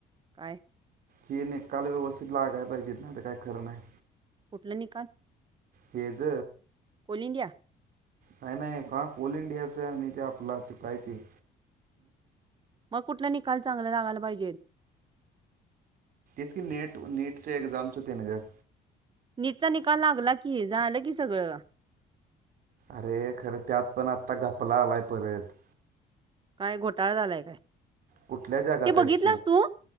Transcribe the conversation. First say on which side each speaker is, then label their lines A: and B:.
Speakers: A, on the right; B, on the right.
A: काय
B: हे निकाल व्यवस्थित लागय पाहिजित ना ते काही खरं नाही
A: कुठला निकाल
B: हे ज
A: कोल इंडिया
B: काही नाही का ऑल इंडियाचं आणि तेे आपला चुकायचे
A: मग कुठला निकाल चांगला लागायला पाहिजे
B: तेच की ते नीट च एकझाम च टेन जी
A: नीटचा निकाल लागला की हे झालं की सगळं
B: अरे खरं त्यात पण आत्ता घपला आलाय परत
A: काय घोटाळा झालाय काय
B: कुठल्या जगात
A: ते
B: आहेस
A: बघितलंस तू